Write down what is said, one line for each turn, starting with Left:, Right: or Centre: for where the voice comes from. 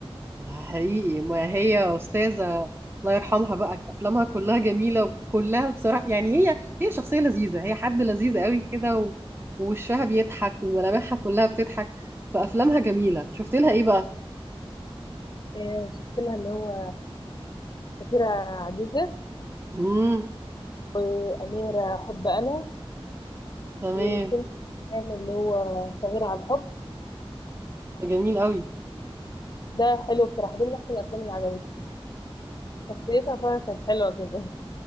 Right: ده حقيقي ما هي أستاذة الله يرحمها بقى أفلامها كلها جميلة وكلها بصراحة يعني هي هي شخصية لذيذة هي حد لذيذ قوي كده و- ووشها بيضحك وملامحها كلها بتضحك فأفلامها جميلة شفت لها إيه بقى؟
Left: إيه شفت لها اللي هو سفيرة عزيزة
Right: امم
Left: وأميرة حب أنا
Right: تمام
Left: وفيلم كان اللي هو صغير على الحب
Right: ده جميل قوي
Left: ده حلو بصراحة ده من أحسن الأفلام اللي عجبتني شخصيتها فعلا كانت حلوة كده